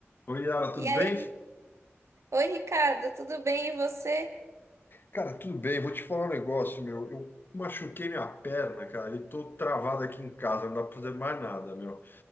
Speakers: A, on the left; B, on the right.
A: Oi, Yara, tudo
B: E
A: bem?
B: aí? Oi, Ricardo, tudo bem e você?
A: Cara, tudo bem. Vou te falar um negócio, meu. Eu machuquei minha perna, cara, e tô travado aqui em casa, não dá pra fazer mais nada, meu.